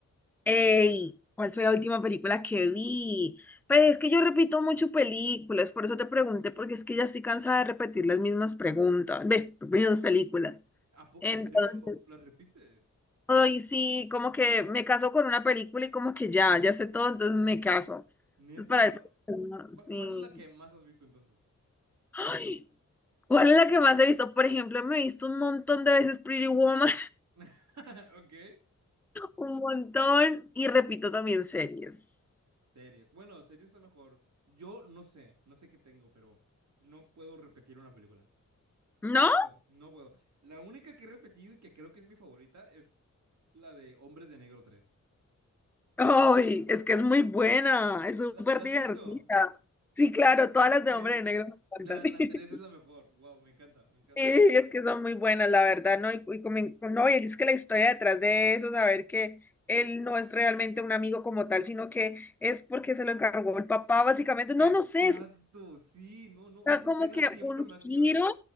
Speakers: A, in the centre; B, on the right.
A: Ey, ¿cuál fue la última película que vi? Pues es que yo repito mucho películas, por eso te pregunté, porque es que ya estoy cansada de repetir las mismas preguntas, ve, mismas películas.
B: ¿A po-
A: Entonces,
B: ¿En serio la repites?
A: Ay, sí, como que me caso con una película y como que ya, ya sé todo, entonces me caso.
B: Neta,
A: Entonces, para el
B: ah, ¿cu-
A: sí.
B: ¿cuál es la que más has visto entonces?
A: Ay, ¿cuál es la que más he visto? Por ejemplo, me he visto un montón de veces Pretty Woman,
B: <laughs> Ok.
A: <laughs> un montón, y repito también series.
B: Series. Bueno, series es mejor. Yo no sé, no sé qué tengo, pero no puedo repetir una película.
A: ¿No?
B: No puedo, no puedo. La única que he repetido y que creo que es mi favorita es la de Hombres de Negro tres.
A: Ay, es que es muy buena, es súper
B: ¿La, la
A: divertida.
B: has visto?
A: Sí, claro, todas las de
B: Sí.
A: Hombre de Negro me
B: La,
A: encantan. <laughs>
B: la 3 es la mejor. Wow, me encanta, me encanta.
A: Sí, es que son muy buenas, la verdad, ¿no? Y, y como en- no, y es que la historia detrás de eso, saber que él no es realmente un amigo como tal, sino que es porque se lo encargó el papá, básicamente. No,
B: Exacto,
A: no sé,
B: sí, no, no,
A: está
B: esa
A: como
B: escena
A: que
B: siempre
A: un
B: me hace
A: giro.
B: llorar.